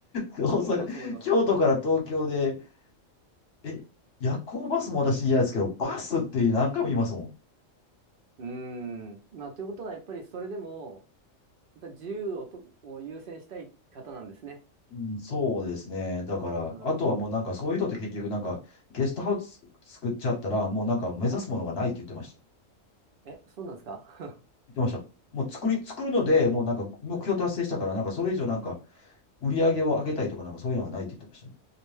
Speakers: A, on the left (about 55°); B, on the right (about 55°).
A: 阪、
B: まあ、思います、思います。
A: 京都から東京で、え、夜行バスも私嫌ですけど、バスって何回も言いますもん。
B: あうーん。まあ、ということは、やっぱりそれでも、やっぱり自由をと、を優先したい方なんですね。
A: うん、そうですね。だから、
B: うん。
A: あとはもうなんかそういう人って結局なんかゲストハウス作っちゃったらもうなんか目指すものがないって言ってました。
B: はいえ、そうなんですか <laughs>
A: 言ってました。もう作り、作るのでもうなんか目標達成したからなんかそれ以上なんか
B: はい。
A: 売り上げを上げたいとかなんかそういうのがないって言ってましたね。